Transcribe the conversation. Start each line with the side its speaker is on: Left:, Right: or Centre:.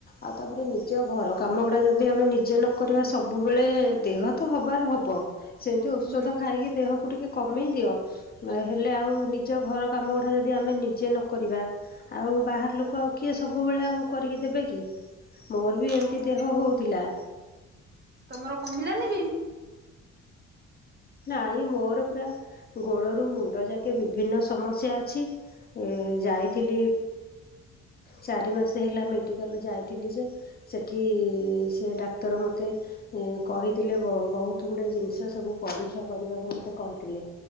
Left: ଆଉ ତାପରେ ନିଜ ଘର କାମ ଗୁଡା ଯଦି ଆମେ ନିଜେ ନକରିବା ସବୁବେଳେ ଦେହ ତ ହବାର ହବ ସେମିତି ଔଷଧ
Right: ହୁଁ
Left: ଖାଇକି ଦେହକୁ ଟିକେ କମେଇ ଦିଅ। ହେଲେ ଆଉ ନିଜ ଘର କାମ ଗୁଡାକ ଯଦି ଯଦି ଆମେ ନିଜେ ନ କରିବା ଆଉ ବାହାର ଲୋକ ଆଉ କିଏ ସବୁବେଳେ ଆଉ କରିକି ଦେବେ କି। ମୋର ବି ଏମିତି
Right: ହଉ
Left: ଦେହ ହଉଥିଲା
Right: ତମର କମିଲାନି କି? <inaudible>
Left: ନାଇଁ ମୋର ପୁରା ଗୋଡ଼ରୁ ମୁଣ୍ଡ ଯାକେ ବିଭିନ୍ନ ସମସ୍ୟା ଅଛି ଯାଇଥିଲି ଚାରି ମାସ ହେଲା ମେଡିକାଲ ଯାଇଥିଲି ଯେ ସେଠି ସେ ଡାକ୍ତର ମତେ କହିଥିଲେ ବହୁତ ଗୁଡ଼ଏ ଜିନିଷ ସବୁ ପରୀକ୍ଷା କରିବାକୁ ମତେ କହିଥିଲେ।